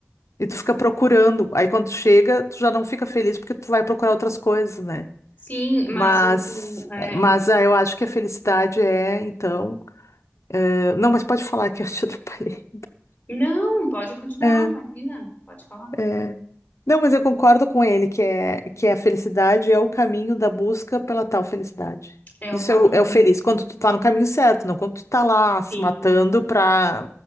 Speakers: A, on the left; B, on the left.
A: e tu fica procurando. Aí quando tu chega, tu já não fica feliz porque tu vai procurar outras coisas, né?
B: Sim, mas
A: Mas,
B: o, o, é,
A: é, mas
B: o...
A: ah, eu acho que a felicidade é, então. Ah, não, mas pode falar que eu te atrapalhei.
B: Não, pode continuar,
A: É,
B: imagina, pode falar.
A: é. Não, mas eu concordo com ele que é que é a felicidade é o caminho da busca pela tal felicidade.
B: É
A: Isso
B: o caminho.
A: é o, é o feliz, quando tu tá
B: Uhum.
A: no caminho certo, não quando tu tá lá se
B: Sim.
A: matando pra,